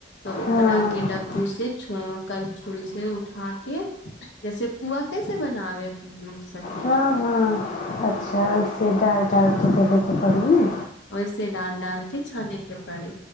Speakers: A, on the left; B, on the left.
A: तऽ ओकरा
B: हँ,
A: केँ डबु से करछुल से उठा के जैसे पुआ कैसे बनावे सखी
B: हँ हँ अच्छा ओइसे डाल डालके देबेके पड़ै ने
A: से ाल डाल के छाने कऽ पड़े